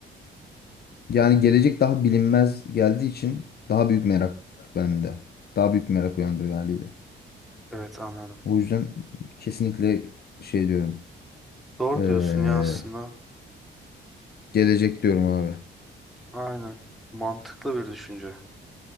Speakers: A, on the left; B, in the centre.
A: Yani gelecek daha bilinmez geldiği için daha büyük merak bende. Daha büyük merak uyandırıyor haliyle.
B: Evet anladım.
A: O yüzden kesinlikle şey diyorum.
B: Doğru
A: eee,
B: diyorsun ya aslında.
A: gelecek diyorum abi.
B: Aynen. Mantıklı bir düşünce.